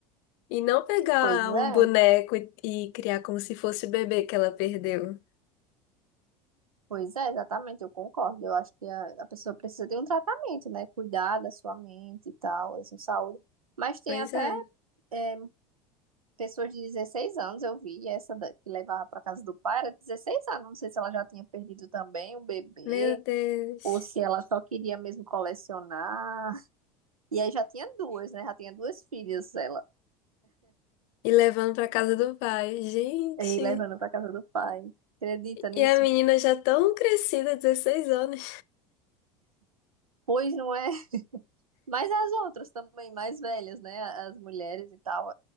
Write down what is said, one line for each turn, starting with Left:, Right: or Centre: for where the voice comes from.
Left: E não pegar
Right: Pois é.
Left: um boneco e e criar como se fosse o bebê que ela perdeu.
Right: Pois é, exatamente, eu concordo. Eu acho que a, a pessoa precisa de um tratamento, né? Cuidar da sua mente e tal, da sua saúde. Mas tem
Left: Pois
Right: até
Left: é.
Right: é, pessoas de 16 anos, eu vi, essa da- que levava para casa do pai era 16 anos. Não sei se ela já tinha perdido também um bebê,
Left: Meu Deus.
Right: ou se ela só queria mesmo colecionar. E aí já tinha duas, né? Já tinha duas filhas ela,
Left: E levando pra casa do pai. Gente.
Right: e levando para casa do pai. Acredita nisso?
Left: E a menina já tão crescida, 16 anos.
Right: Pois não é. <laughs> Mas as outras também, mais velhas, né? As mulheres e tal.